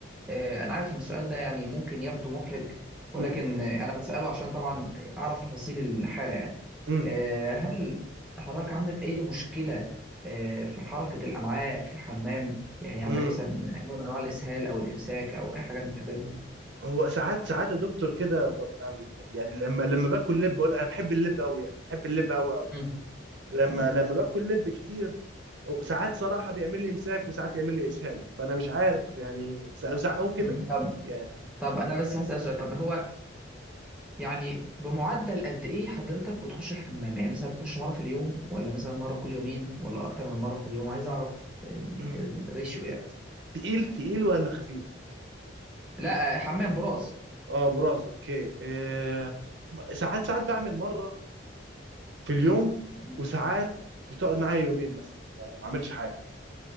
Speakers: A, in the centre; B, on the right.
A: آه، انا عارف ان السؤال ده يعني ممكن يبدو محرج ولكن
B: امم
A: آه، انا بساله عشان طبعا اعرف تفاصيل الحاله يعني
B: امم
A: آه، هل حضرتك عندك اي مشكله آه، في حركه الامعاء في الحمام يعني عندك
B: امم
A: مثلا نوع من انواع الاسهال او الامساك او اي حاجه من الحاجات دي
B: هو ساعات ساعات يا دكتور كده ببقى م- يعني لما لما باكل لب بقول انا بحب اللب قوي يعني بحب اللب قوي قوي
A: مم.
B: يعني لما
A: مم.
B: لما باكل لب كتير ساعات صراحه بيعمل لي امساك وساعات يعمل لي اسهال فانا مش عارف يعني ساعات ساعات- هو كده
A: مم. طب
B: يعني
A: طب انا بس هسال سؤال طب هو يعني بمعدل قد ايه حضرتك بتخش الحمام يعني مثلا بتخش مره في اليوم ولا مثلا مره كل يومين ولا اكتر من مره في اليوم عايز اعرف ال-
B: مم.
A: الريشيو يعني
B: الت- تقيل تقيل ولا خفيف
A: لا حمام براز
B: اه براز اوكي آه ساعات ساعات بعمل مره في اليوم
A: مم.
B: وساعات بتقعد معايا يومين مثلا آه ما عملش حاجه